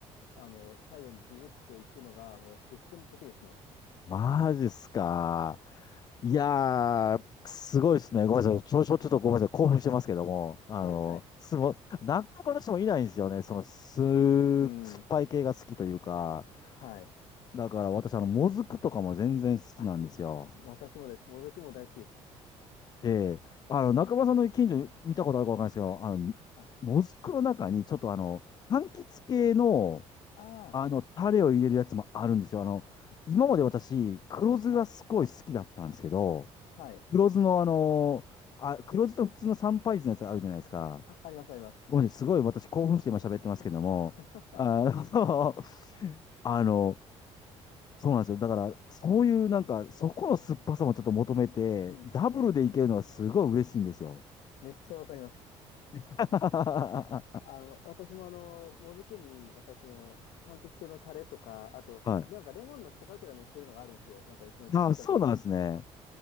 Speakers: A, on the left; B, on the left.
A: あの最後にズズッといくのがもう至福の時ですね。
B: マジっすか。いやー、すごいですね。ごめんなさい。ちょ、ちょ、ちょっとごめんなさい。興奮してますけども、あの、
A: <laughs> はいはい。
B: すご、なかなか私もいないんですよね。その、す、酸っぱい系が好きというか。
A: うん。はい。
B: だから私、あの、もずくとかも全然好きなんですよ。
A: あ、私もです。もずくも大好きです。
B: で、あの、中村さんの近所に見たことあるかわかんないですけど、あの、
A: はい。
B: もずくの中に、ちょっとあの、柑橘系の、
A: ああ、
B: あの、タレを入れるやつもあるんですよ。あの、今まで私、黒酢がすごい好きだったんですけど、
A: はい。はい。
B: 黒酢のあの、あ、黒酢と普通の三杯酢のやつあるじゃないですか。
A: あ、ありますあります。
B: ごめんなさい、すごい私興奮して今喋ってますけども、
A: <laughs> はい。
B: あの、<laughs> あの、そうなんですよ。だから、そういうなんか、そこの酸っぱさもちょっと求めて、
A: うん、
B: ダブルでいけるのはすごい嬉しいんですよ。
A: うん、うん。めっちゃわかります。
B: <laughs> は
A: あの、私もあの、もずくに、やっぱりその、柑橘系のタレとか、あと、
B: い。
A: なんかレモンの一かけら乗ってるのがあるんですよ。なんかうちの近くに。
B: あ、そうなんですね。